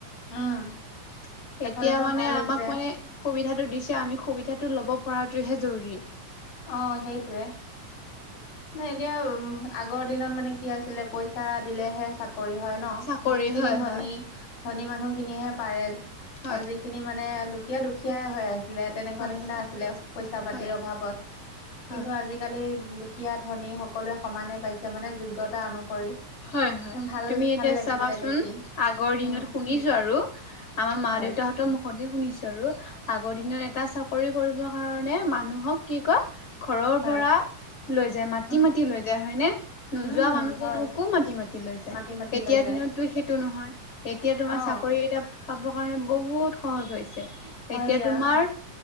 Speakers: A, on the left; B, on the left.
A: উম,
B: <inaudible>
A: সেইফালৰ
B: এতিয়া
A: পৰা
B: মানে
A: ভাল হৈছে।
B: আমাক মানে সুবিধাটো দিছে আমি সুবিধাটো লব পৰাটোহে জৰুৰী।
A: অ', সেইটোৱে। নে এতিয়া উ আগৰ দিনত মানে কি আছিলে পইচা দিলেহে চাকৰি হয় ন?
B: চাকৰি
A: যিখিনি
B: হয়
A: ধনী
B: হয়
A: ধনী মানুহখিনিহে পাৰে।
B: হয়
A: অ', যিখিনি মানে দুখীয়া দুখীয়াই হৈ আছে। ছিলে তেনেকুৱা
B: হয়
A: নিচিনা
B: হয়
A: আছিলে পইচা পাতিৰ
B: হয়
A: অভাৱত।
B: হয়
A: কিন্তু আজিকালি সীয়া ধনী সকলোৱে সমানে পাইছে মানে যোগ্যতা অনুসৰি।
B: হয়, হয়,
A: ভাল
B: তুমি এতিয়া
A: ভাল লাগিছে
B: চাবাচোন
A: দেখি।
B: আগৰ দিনত
A: উম
B: শুনিছো আৰু, আমাৰ মা
A: হয়
B: দেউতাহতৰ মুখনেই শুনিছো আৰু আগৰ দিনত এটা চাকৰি কৰিবৰ কাৰণে মানুহক কি কয় ঘৰৰ
A: হয়
B: পৰা লৈ যায় মাটি
A: উম।
B: মাটি লৈ যায় হয়নে? নোযোৱা
A: উম
B: মানুহজনক
A: হয়
B: ও মাতি লৈ যায়
A: মাতি মাতি
B: এতিয়া
A: লৈ যায়
B: দিনতো সেইটো নহয়, এতিয়া তোমাৰ
A: অ
B: চাকৰি এটা পাব কাৰণে বহুত সহজ হৈছে।
A: হয়
B: এতিয়া
A: দিয়া।
B: তোমাৰ